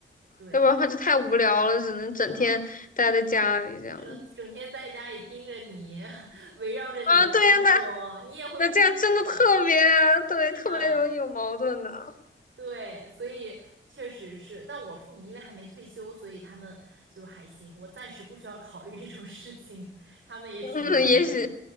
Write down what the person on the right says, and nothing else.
对，
是的，只能整天在家里盯着你，<laughs> 围绕着你的生活，
你也会不舒服的。
是的。
对，所以确实是，但我父母因为还没退休，所以他们就还行，我暂时不需要考虑这种事情，他们也挺忙的，